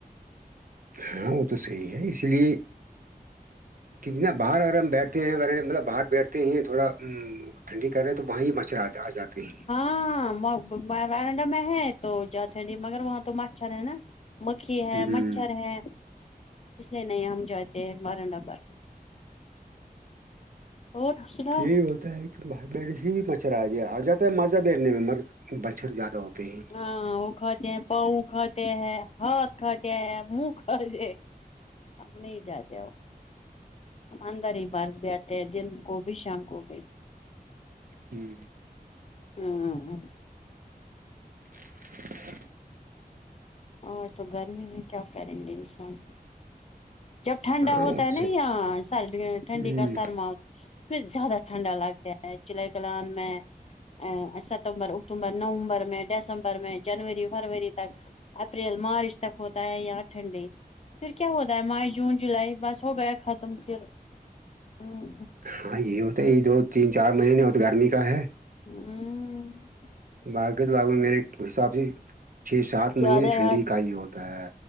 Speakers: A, on the right; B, on the left.
A: ہاں وہ تو صحی ہے اس لیے کیک نہ باہر اگر ہم بیٹھتے ہیںغ مطلب باہر بیٹھتے ہیں تھوڑا تو ٹھنڈی کر رہے ہیں تو وہاں ہی مچھر آ آ جاتے ہیں
B: ہاں بارنڈہ میں ہے تو جتھنڈی مگر وہاں تو مچھر ہے نا مکھی ہے
A: ہ
B: مچھر ہے اس لیے نہیں ہم جاتے ہیں باران ڈبر اور سنا
A: یہی ہوتا ہے کہ بھائی بیڑ سے بھی مچھر آ گیا آ جاتا ہے مذا بیٹنے میں مگر مچھر زیادہ ہوتے ہیں
B: ہاں وہ کھاتے ہیں پاؤ کھاتے ہیں ہاتھ کھاتے ہیں منہ کھاتے ہم نہیں جاات اننداری بر بیٹھ ہے دن کووب شام کووب
A: ہوں
B: ہاں ہاں
A: گھ
B: اور تو گرمی میں کیا کریں گے انسان جب ٹھنڈا
A: ہاں
B: ہوتا
A: ہ
B: ہے نا یااں سردی ٹھنڈی
A: ہ
B: کا سرما ہو ہے اس زیادہ ٹھنڈا لگتا ہے ج چلہ کلان میں ا ستمبر اکتوبر نومبر میں دسمبر میں جنوری فروری تک اپریل مارچ تک ہوتا ہے یار ٹھنڈ پھر کیا ہوتا ہے مار جون جولائی بس ہو گیا ختم پھر ہ ہ
A: ہاں یہ ہوتا ہے یہ دو تین چار مہینے ہو تو گرمی کا ہے
B: ہوں
A: باق تو باگ میرے حساب سے چھ سات
B: زیادہ
A: مہینے ٹھنڈی
B: یہاں
A: کا ہی ہوتا ہے